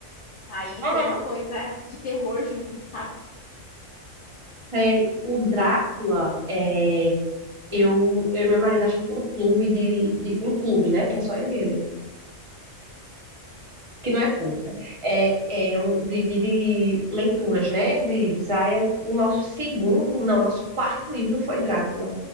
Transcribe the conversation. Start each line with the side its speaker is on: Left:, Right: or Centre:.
Left: Aí
Right: Uhum.
Left: tem uma coisa de terror junto, sabe?
Right: Sei, o Drácula, é, eu, eu e meu marido, a gente tem um clube de, de- um clube, né? Que é só eu e ele, que não é clube, né? É, é um de, de, de leituras, né? De livros. Aí o nosso segundo, não, nosso quarto livro foi Drácula.